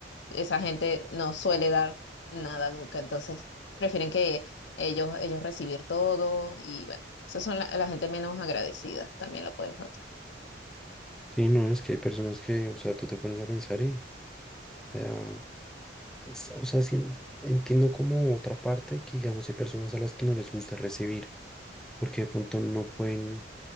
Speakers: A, on the left; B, in the centre.
A: esa gente no suele dar nada nunca, entonces prefieren que ellos, ellos recibir todo y bueno, esas son la, la gente menos agradecida, también lo puedes notar.
B: Sí, no, es que hay personas que, o sea, tú te pones a pensar y, o sea, es- o sea, sí en- entiendo como otra parte que, digamos, hay personas a las que no les gusta recibir, porque de pronto no pueden